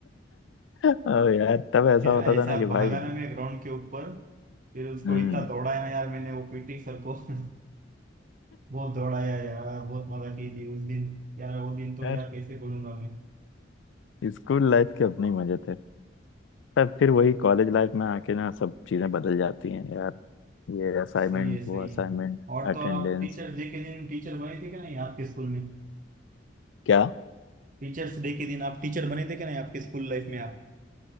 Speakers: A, on the left (about 85°); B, on the right (about 45°).
A: अ, यार तब ऐसा
B: फिर
A: होता
B: ऐसा
A: था ना कि भाई
B: भागा ना मैं ग्राउंड के ऊपर फिर उसको
A: हम्म
B: इतना दौड़ाया यार मैंने वो पीटी सर को <laughs> बहुत दौड़ाया यार बहुत मजा की थी उस दिन यार वो दिन तो
A: यार
B: यार कैसे बोलूंगा मैं
A: <laughs> स्कूल लाइफ के अपने ही मजे थे तब फिर वही कॉलेज लाइफ में आके ना सब चीजें बदल जाती हैं यार ये असाइनमेंट
B: सही है
A: वो
B: सही
A: असाइनमेंट
B: है और तो
A: अटेंडेंस
B: और आप टीचर्स डे के दिन टीचर बने थे क्या नहीं आपके स्कूल में
A: क्या
B: टीचर्स डे के दिन आप टीचर बने थे क्या नहीं आपके स्कूल लाइफ में आप